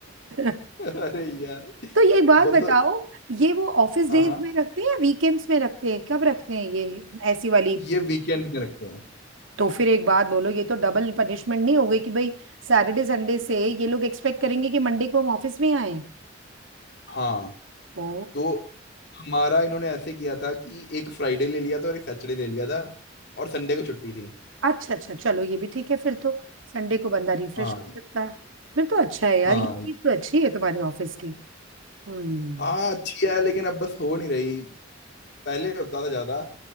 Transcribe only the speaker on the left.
<laughs> अरे यार तो
बस
हाँ
हाँ
ये वीकेंड में रखते हैं
हाँ
तो हमारा इन्होंने ऐसे किया था कि एक फ्राइडे ले लिया था और एक सैटरडे ले लिया था और संडे को छुट्टी थी
हाँ
हाँ
हाँ अच्छी है लेकिन अब बस हो नहीं रही पहले होता था ज्यादा